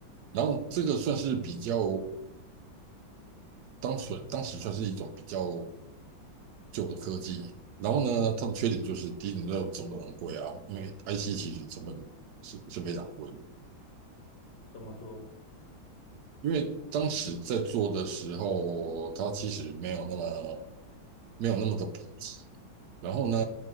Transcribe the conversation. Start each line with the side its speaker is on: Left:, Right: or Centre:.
Right: 然后这个算是比较当时当时算是一种比较旧的科技。然后呢，它的缺点就是第一，你知道成本很贵啊，因为 IC 其实成本是是非常贵的。
Left: 怎么说？
Right: 因为当时在做的时候，它其实没有那么没有那么的普及。然后呢，